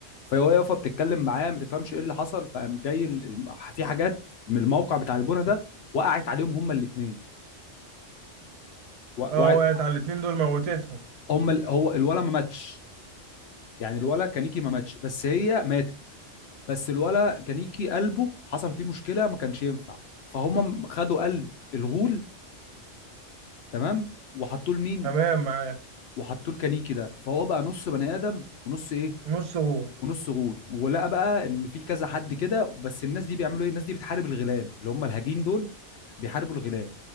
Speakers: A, on the left; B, on the right.
A: فهو يافا بتتكلم معاه ما تفهمش ايه اللي حصل فقام جاي ال- الم- في حاجات من الموقع بتاع البنا ده وقعت عليهم هما الاثنين وقعت
B: اه وقعت على الاتنين دول موتتهم
A: هما ال... هو الولا ما ماتش يعني الولا كانيكي ما ماتش بس هي ماتت بس الولا كانيكي قلبه حصل فيه مشكله ما كانش ينفع فهم خدوا قلب الغول تمام وحطوه لمين
B: تمام معايا
A: وحطوه لكانيكي ده فهو بقى نص بني ادم ونص ايه
B: نص غو
A: ونص غول ولقى بقى ان في كذا حد كده بس الناس دي بيعملوا ايه الناس دي بتحارب الغيلان اللي هم الهجين دول بيحاربوا الغيلان